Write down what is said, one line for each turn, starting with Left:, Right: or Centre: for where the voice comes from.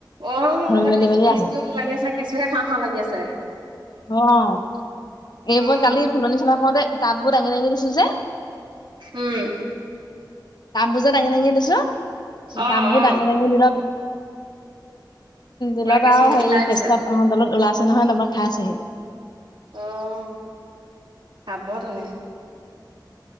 Right: অ সিহঁতে
Left: মেলি
Right: কেঁচু
Left: মেলি
Right: টেচ্
Left: আহে
Right: লাগে চাগে? কেঁচুহে খাঁও খাঁও লাগি আছে।
Left: অ' এই
Right: উম
Left: মই কালি ফুলনি চাফা কৰোঁতে টাব বোৰ দাঙি দাঙি দিছো যে।
Right: উম
Left: টাববোৰ যে দাঙি দাঙি দিছো,
Right: অ
Left: টাববোৰ
Right: অ
Left: দাঙি দাঙি দিলত
Right: পুৰা
Left: দিলত
Right: কেঁচু
Left: আৰু হেৰি
Right: ওলাই গৈছে
Left: কেছত অ দলত ওলাইছে নহয় <unintelligible> খাইছে হে।
Right: আহ আবতনে।